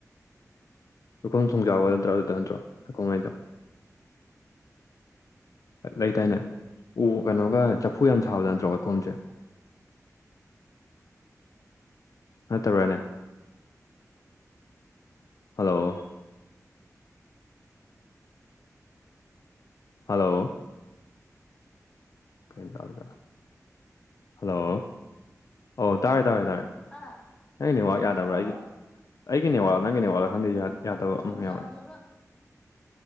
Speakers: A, on the left (about 65°); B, on the left (about 15°).
A: <unintelligible> ꯅꯠꯇ꯭ꯔꯣ <unintelligible> ꯅꯠꯇ꯭ꯔꯣ <unintelligible> ꯂꯩꯇꯥꯏꯅꯦ ꯎ ꯀꯩꯅꯣꯒ ꯆꯐꯨ ꯌꯥꯝ ꯁꯥꯕꯗꯣ ꯅꯠꯇ꯭ꯔꯣ ꯋꯥꯏꯈꯣꯝꯁꯦ ꯅꯠꯇꯕ꯭ꯔꯥꯅꯦ ꯍꯜꯂꯣ ꯍꯜꯂꯣ <unintelligible> ꯍꯜꯂꯣ ꯑꯣ ꯇꯥꯔꯦ ꯇꯥꯔꯦ ꯇꯥꯔꯦ
B: ꯍꯥ
A: ꯅꯪꯒꯤ ꯅꯦꯠꯋꯥꯛ
B: ꯍꯜꯂꯣ
A: ꯌꯥꯗꯕ꯭ꯔꯥ ꯑꯩꯒꯤ ꯑꯩꯒꯤ ꯅꯦꯠꯋꯥꯛꯂ ꯅꯪꯒꯤ ꯅꯦꯠꯋꯥꯛꯂ ꯈꯪꯗꯦ ꯌꯥ ꯌꯥꯗꯕ
B: ꯊꯣꯡꯖꯥꯎꯅꯦꯕ
A: ꯑꯃ ꯌꯥꯎꯔꯦ